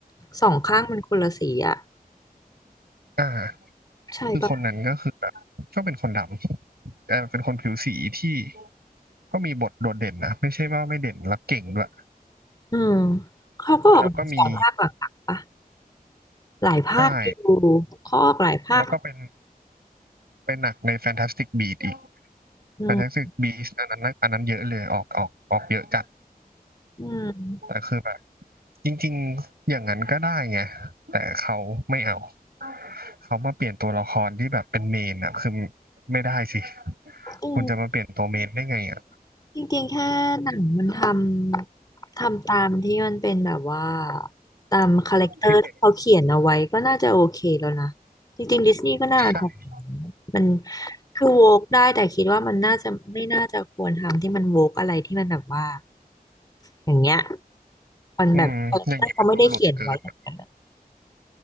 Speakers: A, on the left; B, on the right.
A: สองข้างมันคนละสีอ่ะ
B: อ่า
A: ใช่ปะ
B: คือคนนั้นก็คือแบบก็เป็นคนดำแต่เป็นคนผิวสีที่ก็มีบทโดดเด่นนะไม่ใช่ว่าไม่เด่นแล้วเก่งด้วย
A: อืมเขาก็ออกสองภาคหลักๆปะ
B: แล้วก็มี
A: หลายภาคอยู่
B: ใช่
A: เขาออกหลายภาค
B: แล้วก็เป็นเป็นหนักในแฟนตาสติกบี s อีก
A: อืม
B: แฟนตาสติกบีสต์อันนั้นอันนั้นเยอะเลยออกออกออกเยอะจัด
A: อืม
B: แต่คือแบบจริงๆอย่างนั้นก็ได้ไงแต่เขาไม่เอาเขามาเปลี่ยนตัวละครที่แบบเป็นเมนอะคือไม่ได้สิ
A: อืม
B: คุณจะมาเปลี่ยนตัวเมนได้ไงอะ
A: จริงๆแค่หนังมันทำทำตามที่มันเป็นแบบว่าตามคาแรคเตอร์ที่เขาเขียนเอาไว้ก็น่าจะโอเคแล้วนะจริงๆดิสนีย์ก็น่าทำมัน
B: ที่เป็นใช่
A: คือโวกได้แต่คิดว่ามันน่าจะไม่น่าจะควรทำที่มันโวกอะไรที่มันแบบว่าอย่างเงี้ยมันแบบคาแรคเตอร์เขาไม่ได้เขียนไว้แบบนั้นอะ
B: อืมอย่างนี้มันดูหลุดเกิน